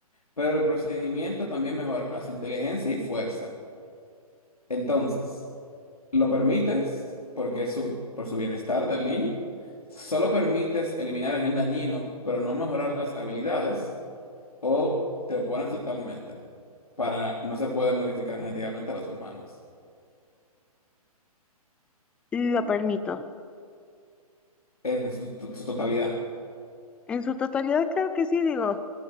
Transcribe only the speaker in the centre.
Lo permito.
En su totalidad creo que sí, digo,